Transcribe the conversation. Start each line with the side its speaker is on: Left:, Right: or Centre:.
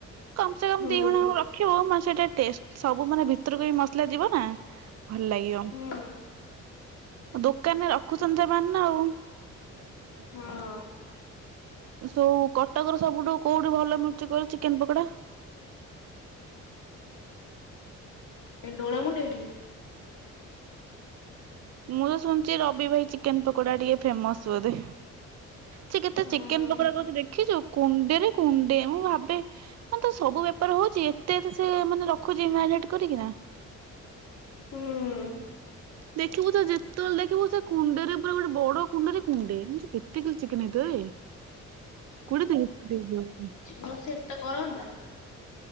Right: କମ୍ ସେ କମ
Left: ହୁଁ
Right: ଦି ଘଣା ଘଣେ ରଖିବ ମାନେ ସେଟା ଟେଷ୍ଟ ସବୁ ମାନେ ଭିତୁରୁକୁ ବି ମସଲା ଯିବ ନା। ଭଲ୍ ଲାଗିବ।
Left: ହୁଁ।
Right: ଦୋକାନରେ ରଖୁଚନ୍ତି ସେମାନେ ନା ଆଉ।
Left: ହଁ
Right: ସବୁ କଟକର ସବୁଠୁ କୋଉଠି ଭଲ ମିଲୁଚି କଇଲ ଚିକେନ୍ ପକୋଡା?
Left: ଏଇ ଡୋଳ ମୁଣ୍ଡେଇ ଠି।
Right: ମୁଁ ତ ଶୁଣିଚି ରବି ଭାଇ ଚିକେନ୍ ପକୋଡା ଟିକେ ଫେମସ୍ ବୋଧେ? ସିଏ କେତେ
Left: ହଁ
Right: ଚିକେନ୍ ପକୋଡା କରୁଚି ଦେଖିଚୁ କୁଣ୍ଡେରେ କୁଣ୍ଡେ। ମୁଁ ଭାବେ ମାନେ ତା ସବୁ ବେପାର ହଉଛି ଏତେ ଏତେ ସିଏ ମାନେ ରଖୁଛି ମ୍ୟାରିନେଟ୍ କରିକି ନା।
Left: ହୁଁଉଁ।
Right: ଦେଖିବୁ ତ ଯେତେବେଳେ ଦେଖିବୁ ସେ କୁଣ୍ଡେରେ ପୁରା ଗୋଟେ ବଡ କୁଣ୍ଡେରେ କୁଣ୍ଡେ। ଏମତି ସେ <inaudible> ଚିକନ ହେଇଥିବ ଏ କୋଡିଏ ଦିନ
Left: ନହେଲେ ଏତେ କରନ୍ତା?